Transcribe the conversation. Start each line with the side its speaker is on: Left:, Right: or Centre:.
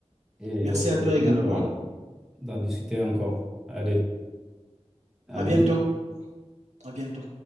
Centre: et
Right: Merci
Centre: au plaisir
Right: à toi également.
Centre: euh, d'en discuter encore. Allez, à
Right: À
Centre: bientôt.
Right: bientôt. À bientôt.